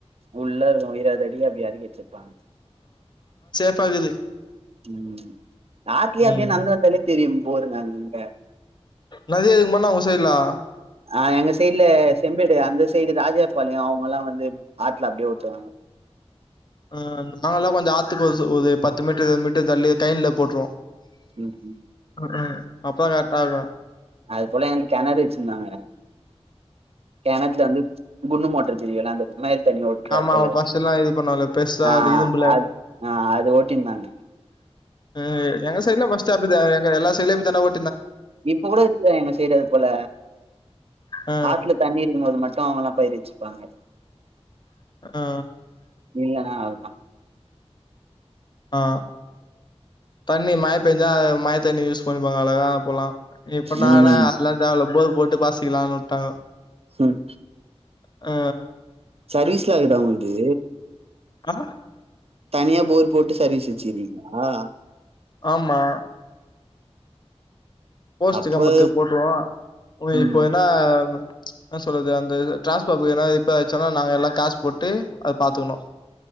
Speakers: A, on the right; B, on the left.
A: உள்ள இருக்கு விரதடிய அப்டி அடக்கி வச்சிருப்பாங்க
B: ப்பகுது
A: ம் ஆத்துலயே அப்டியே
B: ம்
A: நடந்து வந்தலே தெரியும் போருங்க அங்கங்க
B: நதி அதுக்குமுன்ன ஒசைல்லா
A: ஆ எங்க சைடுல செம்பேடு அந்த சைடு ராஜாபாளையோ அவுங்க எல்லா வந்து ஆத்துல அப்டியே ஒட்டுவாங்க
B: ஆ நாங்க எல்லா கொஞ்சோ ஆத்துக்கு ஒரு ஒரு பத்து மீட்டர் இருபது மீட்டர் தள்ளி கையின்ல போட்ருவோ
A: ம்ஹூம்
B: ம் அப்புற கரெக்டா இருக்கு
A: அது போல எனக்கு கெணறு வச்சிருந்தாங்க கெணத்துல வந்து குன்னு மோட்டர் தெரியுல அந்த மயில் தண்ணி ஓட்டுறா
B: ஆமா
A: போல
B: ஃபர்ஸ்ட்லா இது பண்ணுவோல்ல பெருசா
A: ஆ
B: அந்த இரும்புல
A: அது ஆ அது ஓட் டிந்தாங்க
B: ம் எங்க சைடுல ஃபஸ்ட் அப்டிதே எங்க எல்லா சைடுலயு அப்டிதான்டா ஓ
A: இப்ப கூட இருக்துடா எங்க சைடு அது போல
B: அ,
A: ஆத்துல தண்ணி இருக்கும் போது மட் டு மொளப்பாரி வச்சுப்பாங்க
B: அ,
A: இல்லனா அவு தா
B: ஆ தண்ணி மய பெஞ்சா மய தண்ணிய யூஸ் பண்ணிப்பாங்க அழகா அப்போலா இப்ப ன்னான
A: ம்
B: அதெல்லா தேவல்ல போ போட்டு பாசிக்கலான் வுட்டாங்கோ
A: ம்
B: ஆ
A: சர்வீஸ்லா இர்க்குதா உன்க்கு
B: ஆ
A: தனியா போர் போட்டு சர்வீஸ் வச்சுர்கிங்ளா
B: ஆமா போஸ்ட்
A: அப்ப
B: கம்பத்துக்கு போட்ருவோ னா
A: ம்
B: இப்போ எனா என்னா சொல்றது அந்த ட்ரான்ஸ்ஃபார்மர் எதா ரிப்பேர் ஆயிச்னா நாங்க எல்லா காசு போட்டு அத பாத்துக்கணு